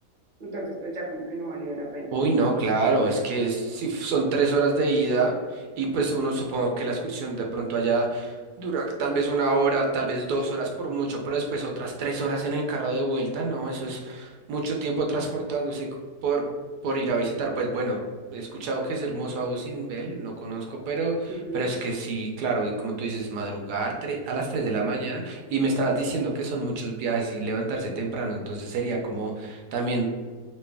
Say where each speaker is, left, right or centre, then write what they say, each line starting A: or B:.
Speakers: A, on the right; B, on the right.
A: entonces, pues ya como que no valía la pena.
B: Uy, no, claro, es que es- si f- son tres horas de ida y pues uno supongo que la excursión de pronto allá dura tal vez una hora, tal vez dos horas por mucho, pero después otras tres horas en el carro de vuelta, no, eso es mucho tiempo transportándose c- por, por ir a visitar, pues bueno, he escuchado que es hermoso Abu Simbel, no conozco, pero,
A: Ujú.
B: pero es que sí, claro, y como tú dices, madrugar tre- a las tres de la mañana y me estabas diciendo que son muchos viajes y levantarse temprano, entonces sería como también